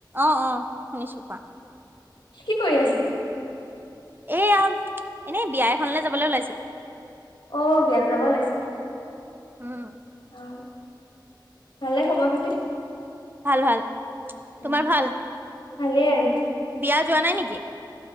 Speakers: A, on the right; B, on the left.
A: অ', শুনিছো কোৱা
B: কি কৰি আছা?
A: এয়া এনেই বিয়া এখনলে যাবলৈ ওলাইছো
B: অ', বিয়ালৈ যাব ওলাইছা
A: উম,
B: আহ ভালে খবৰ খাতি?
A: ভাল,
B: অ',
A: তোমাৰ ভাল
B: ভালেই আৰু
A: বিয়া যোৱা নাই নেকি?